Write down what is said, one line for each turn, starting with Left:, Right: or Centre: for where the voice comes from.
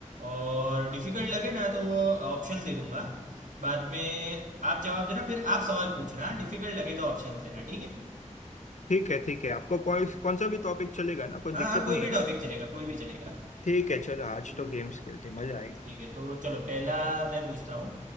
Right: और डिफिकल्ट लगे ना तो वो ऑप्शंस दे दूंगा बाद में आप जवाब देना फिर आप सवाल पूछना डिफिकल्ट लगे तो ऑप्शंस देना ठीक है
Left: ठीक है ठीक है आपको कौन कौन सा भी टॉपिक चलेगा ना कोई
Right: हाँ
Left: दिक्कत
Right: हाँ कोई
Left: नहीं
Right: भी
Left: है ना
Right: टॉपिक चलेगा कोई भी चलेगा
Left: ठीक है चलो आज
Right: तो
Left: तो गेम्स खेलते हैं, मजा आएगा
Right: ठीक है तो चलो पहला मैं पूछता हूँ